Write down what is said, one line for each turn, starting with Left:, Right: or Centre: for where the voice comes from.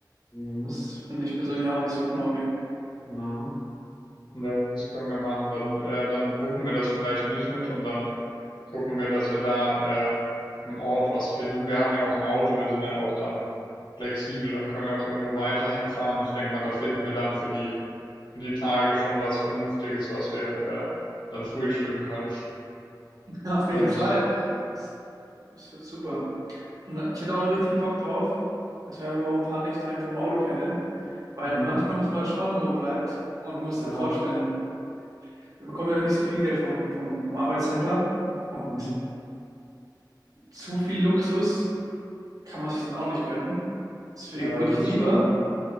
Left: Mhm.
Right: Das finde ich persönlich auch nicht so knorke.
Left: Mhm. Ja, das können wir machen. Dann, äh, dann buchen wir das vielleicht nicht mit und dann gucken wir, dass wir da äh, im Ort was finden. Wir haben ja auch ein Auto, wir sind ja auch dann flexibel, dann können wir auch irgendwo weiter hinfahren. Ich denke mal, da finden wir dann für die für die Tage schon was Vernünftiges, was wir äh, dann frühstücken können.
Right: <laughs> Auf jeden
Left: Denke
Right: Fall.
Left: ich.
Right: Das, das wird super. Und ich hätte auch noch richtig Bock drauf, dass wir einfach ein paar Nächte einfach im Auto pennen. Weil
Left: Mhm.
Right: manchmal muss man schauen, wo man bleibt. Und du musst
Left: Ja.
Right: dir vorstellen, wir bekommen ja nicht so viel Geld vom, vom, vom Arbeitscenter. Und
Left: Mhm.
Right: zu viel Luxus kann man sich dann auch nicht gönnen. Deswegen
Left: Ja,
Right: würde
Left: das
Right: ich lieber
Left: stimmt.